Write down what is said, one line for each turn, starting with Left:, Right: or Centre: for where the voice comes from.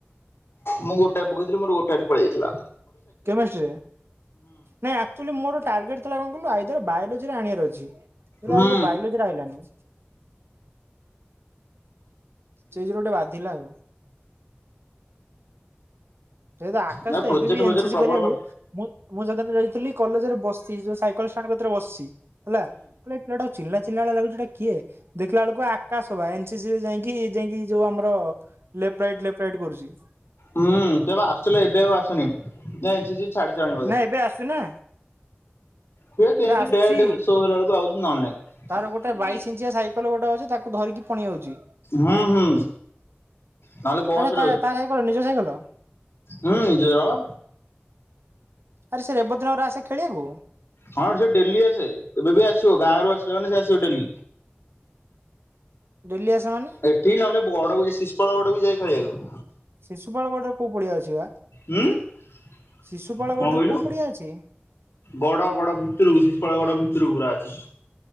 Left: ମୁଁ ଗୋଟାଏ ପକେଇଥିଲି ମୋର ଗୋଟାଏରେ ପଳେଇ ଆଇଥେଲା।
Right: କେମେଷ୍ଟ୍ରିରେ ନାଇଁ ଆକ୍ଚୁଏଲି ମୋର ଟାର୍ଗେଟ୍ ଥେଲା କଁ କହିଲୁ ଆଇଦର୍ ବାୟୋଲୋ ଜିରେ ଆଣିଆର ଅଛି ଦେଖିଲା
Left: ହୁଁ
Right: ବେଳୁକୁ ବାୟୋଲୋଜିରେ ଆଇଲାନି। ଛେଇ ଯୋଗୁରୁ ଗୋଟେ ବାଧିଲା ଆଉ। ତୋ ସହିତ ଆକାଶ
Left: ନା
Right: ତ
Left: ପ୍ରୋଜେକ୍ଟ
Right: ଏବେ ବି
Left: ଫୋଜେକ୍ଟ
Right: ଏନ୍ ସି ସି
Left: ପ୍ରବଳ
Right: କରିଆକୁ
Left: ହୁଁ
Right: ମୁଁ ମୁଁ ସେଦିନ ଯାଇଥିଲି କଲେଜରେ ବସି ଯୋଉ ସାଇକଲ ସାଣ୍ଡ୍ କତିରେ ବସଚି ହେଲା <unintelligible> ପିଲାଟାକୁ ଚିହ୍ନିଲା ଚିହ୍ନିଲା ଭଳିଆ ଲାଗୁଛି ଏଇଟା କିଏ? ଦେଖିଲା ବେଳୁକୁ ଆକାଶ ବା ଏନ୍ ସି ସି ରେ ଯାଇଁକି ଯାଇଁକି ଯୋଉ ଆମର ଲେପ୍ ରାଇଟ୍ ଲେପ୍ ରାଇଟ୍ କରୁଚି।
Left: ହୁଁ ସିଏ ବା ଆସୁଥିଲେ ଏବେ ଆଉ ଆସୁନି ତେ ଏନ୍ ସି ସି ଛାଡି ସାରିଲାଣି ବୋଧେ।
Right: ନାଇଁ ଏବେ ଆସୁଚି ନା।
Left: ହୁଏ କେନ୍ତି
Right: ସେ ଆସୁଛି
Left: ଡେୟାର୍ ଡେବିଲ୍ ସୋ ହେଲା ବେଳୁକୁ ଆଉଚି ନ ହେଲେ ନାଇଁ।
Right: ତାର ଗୋଟେ ବାଇଶ ଇଞ୍ଚିଆ ସାଇକେଲ ଗୋଟେ ଅଛି ତାକୁ ଧରିକି ପଣି ଆଉଛି।
Left: ହୁଁ ହୁଁ। ନହେଲେ ବସରେ
Right: ନା ତା ସାଇକଲ ନିଜ ସାଇକଲ।
Left: ହୁଁ ନିଜର।
Right: ଆରେ ସେ <unintelligible> ରେ ଆସେ ଖେଳିଆକୁ।
Left: ହଁ ସିଏ ଡେଲି ଆସେ ଏବେ ବି ଆସିବ ଗାଁରୁ ଆସିଲେ ମାନେ ସିଏ ଆସିବ ଡେଲି।
Right: ଡେଲି ଆସେ ମାନେ।
Left: ଏଠି ନହେଲେ ବଡଗୁଇ ଶିଶୁପାଳ ଗଡକୁ ବି ଯାଏ ଖେଳିଆକୁ।
Right: ଶିଶୁପାଳ ଗଡରେ କୋଉ ପଡିଆ ଅଛି ବା।
Left: ହୁଁ କଁ
Right: ଶିଶୁପାଳ ଗଡରେ
Left: କହିଲୁ?
Right: କୋଉ ପଡିଆ ଅଛି?
Left: ଗଡ ଗଡ ଭିତୁରୁକୁ ଶିଶୁପାଳ ଗଡ ଭିତୁରୁକୁ ପୁରା ଅଛି।